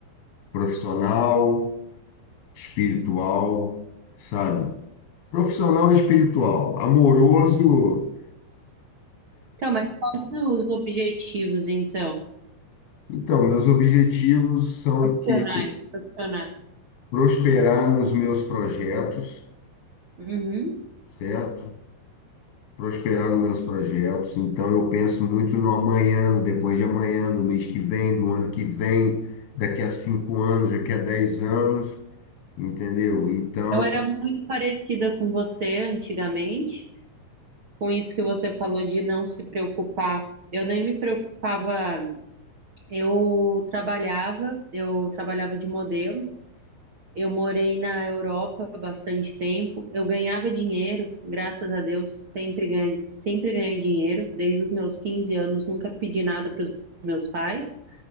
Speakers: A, on the left; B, on the right.
A: profissional, espiritual, sabe? Profissional e espiritual, amoroso.
B: Então, mas quais são os objetivos, então?
A: Então, meus objetivos são
B: Profissionais,
A: que
B: profissionais.
A: prosperar nos meus projetos,
B: Uhum.
A: certo? prosperar nos meus projetos. Então, eu penso muito no amanhã, no depois de amanhã, no mês que vem, do ano que vem, daqui a cinco anos, daqui a dez anos, entendeu? Então,
B: Eu era muito parecida com você antigamente, com isso que você falou de não se preocupar. Eu nem me preocupava, eu trabalhava, eu trabalhava de modelo. Eu morei na Europa bastante tempo. Eu ganhava dinheiro, graças a Deus, sempre ganhei, sempre ganhei dinheiro. Desde os meus 15 anos, nunca pedi nada para os meus pais,